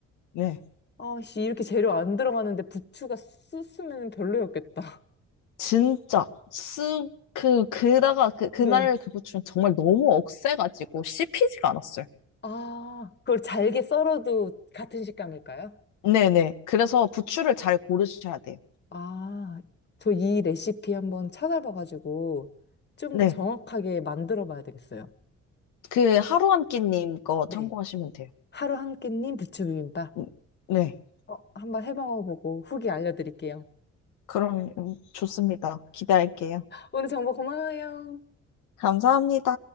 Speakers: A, on the left; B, on the left.
A: 네.
B: 아, 씨, 이렇게 재료 안 들어가는데 부추가 쓰으면 별로였겠다. <laughs>
A: 진짜, 쓱, 그, 그다가, 그, 그날
B: 네.
A: 그 부추는 정말 너무 억세가지고 씹히지가 않았어요.
B: 아, 그걸 잘게 썰어도 같은 식감일까요?
A: 네네. 그래서 부추를 잘 고르셔야 돼요.
B: 아, 저 이 레시피 한번 찾아봐가지고 좀
A: 네.
B: 더 정확하게 만들어 봐야 되겠어요.
A: 그 하루한 끼님 거
B: 네.
A: 참고하시면 돼요.
B: 하루 한 끼님 부추비빔밥.
A: 음, 네.
B: 어, 한번 해 먹어보고 후기 알려드릴게요.
A: 그럼 음, 좋습니다. 기대할게요.
B: 오늘 정보 고마워요.
A: 감사합니다.